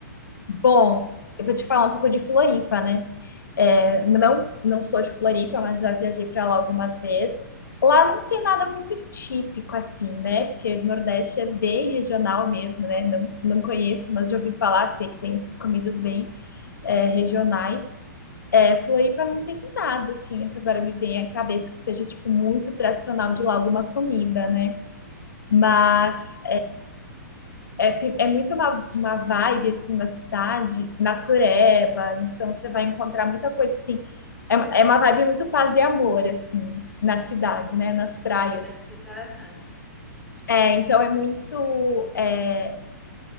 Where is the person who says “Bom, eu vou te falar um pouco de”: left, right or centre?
Left